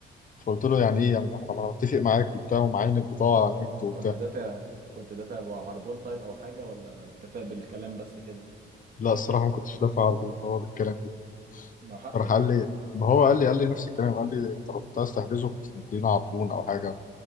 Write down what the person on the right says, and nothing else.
بالظبط
كنت دافع كنت دافع بعربون طيب او حاجه ولا اتفق بالكلام بس كده
مع حقه
كده